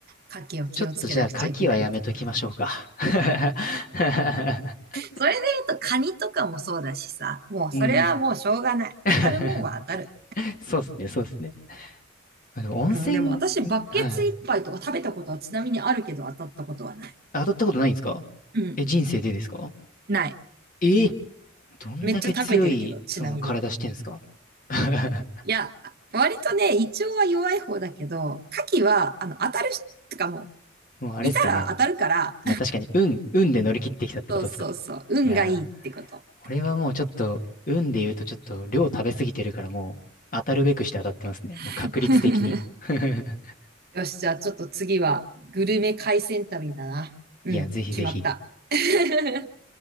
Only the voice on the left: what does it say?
ちょっとじゃあ、牡蠣はやめときましょうか。<laughs>
うん、うん。<laughs>
そうですね、そうですね。あ、でも温泉、
んはい。
当たったことないんですか
え、人生でですか
えどんだけ強い、
その体してんすか <laughs>
もうあれっすかね。
まあ確かに、運、運で乗り切ってきたってことですか。
いやー、俺はもうちょっと、運で言うとちょっと量食べ過ぎてるからもう、当たるべくして当たってますね。もう確率的に。
<laughs>
いや、ぜひぜひ。